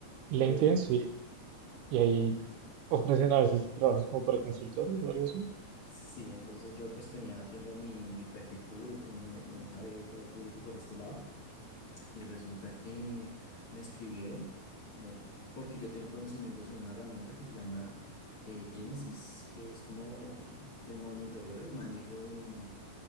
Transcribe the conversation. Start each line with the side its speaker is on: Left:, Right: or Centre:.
Left: donde...
Right: La intención, sí, y ahí
Left: Exacto.
Right: ofrecen a veces trabajos como para consultores o algo así.
Left: Sí, entonces yo pues tenía, tengo mi, mi perfil público, mi, mi hoja de vida y todo público por este lado. Y resulta que me escribieron, como porque yo tengo conocimientos en una herramienta que se llama eh, Genesis, que es como de monitoreo y manejo de,